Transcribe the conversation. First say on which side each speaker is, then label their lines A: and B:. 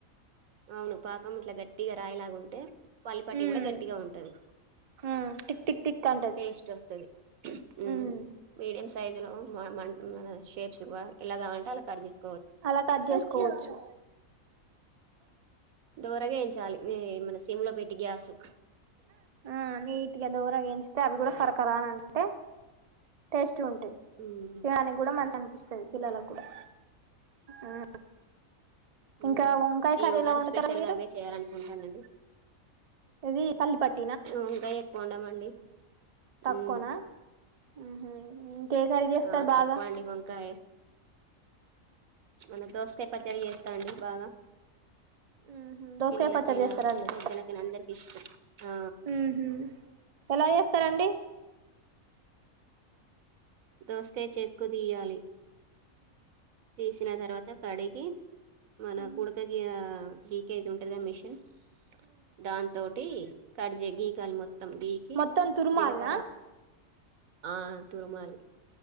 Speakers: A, on the right; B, on the right.
A: అవును పాకం ఇట్ల గట్టిగా రాయిలాగుంటే పల్లి పట్టి
B: ఉమ్
A: కూడా గట్టిగా ఉంటది
B: ఉమ్ టిక్ టిక్ టిక్ అంటది
A: టేస్ట్ వత్తాది ఉ
B: ఉమ్
A: మీడియం సైజు లో మ మంటున్నది షేప్స్ కూడా ఎలా కావంటే అలా కట్ చేస్
B: అలా కట్ చేసుకోవచ్చు
A: దోరగా ఎయించాలి మీ మన సిమ్ లో పెట్టి టిగ్యాసు
B: ఆ నీటిగా దోరగాఎంచంచితే అవి కూడా ఫర్క్ కారాన అంటే టెస్ట్ మంచిగా ఉంటాయి
A: ఉమ్
B: తినడానికి కూడా మంచిగా అనిపిస్తుంది పిల్లలకి కూడా ఆ
A: ఉమ్
B: ఇంకా వంకాయ
A: ఈ
B: కర్రీ
A: ఉగాది
B: ఎలా వండుతారు
A: స్పెషల్
B: మీరు
A: గా అవే చేయాలనుకుంటానండి
B: ఇది పల్లిపటి
A: వంకాయ ఎక్కువ వండమండి <inaudible>
B: తక్కువనా
A: ఉమ్
B: ఉహు ఇంకే కర్రీ చేస్తారు
A: ఆ తక్కువ
B: బాగా
A: అండి వంకాయ మన దోసకాయ పచ్చడి చేస్తాండి బాగా
B: ఉహు దోసకాయ
A: పిల్లలకైనా
B: పచ్చడి చేస్తారండి
A: పెద్దలకైనా అందరికి ఇష్టం ఆ
B: ఉహు ఎలా చేస్తారండి
A: దోసకాయ చెక్కు తీయాలి తీసిన తర్వాత కడిగి మన
B: ఉమ్
A: కూడక కి గీకేది ఉంటుందా మిషన్ దాని తోటి కడ్ గీకాలి మొత్తం గీకి
B: మొత్తం తురుమాల్నా
A: జీలకర్ర ఆ తిరుమలి